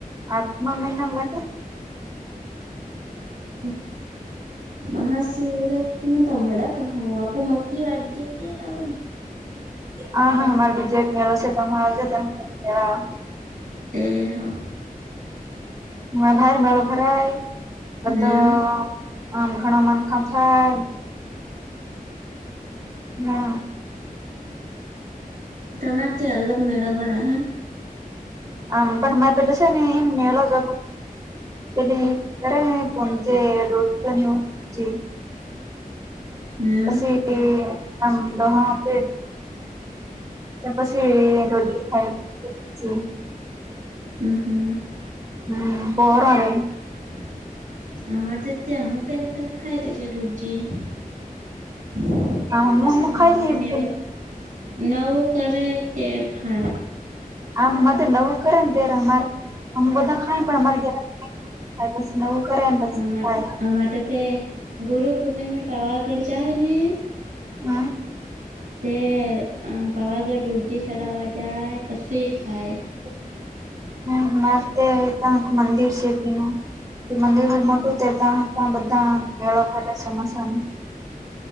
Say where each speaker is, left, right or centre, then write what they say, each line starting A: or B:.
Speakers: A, on the right (about 25°); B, on the right (about 65°).
A: આઠમા મહિના લાગે
B: હ મહાશિવરાત્રી નું તમડા કહ આપ મકી વાડી જે ત્યારે આવે ને
A: હા હા અમારે બીજો એક મેલો છેજવા.
B: એ હા
A: હ ભાર મેળ ભરાય અ
B: હમ
A: તો આમ ઘણા મનખ થોલ ઘણા
B: તમારે તે અલગ મેળબર હ
A: આમ પણ મા પેલ છે મેળ જ લી્યારે કોચટ
B: હમ
A: પછી આમ દહા દ ત પછી રોઢ ખાય પછી
B: હમ હમ
A: હમ <unintelligible>
B: <unintelligible> <unintelligible>
A: આમ હમ હમ ખાઈ લઈએ પેલી
B: નવું કરે તેર ખાય
A: આમ તો નવું કરે ને ત્યારે અમારે અમ બધા ખાય પણ અમારે ઘ પસી નવું કરે પછી
B: અમાર
A: ખાય
B: અમારે તે ગુરુ પૂર્ણિમે પાવા ગઢ જાય ને
A: <inaudible>
B: તે આમ પાવાગઢ રૂઢજી ચડાવા જાય પસી ખાય
A: <inaudible> <inaudible>
B: હમ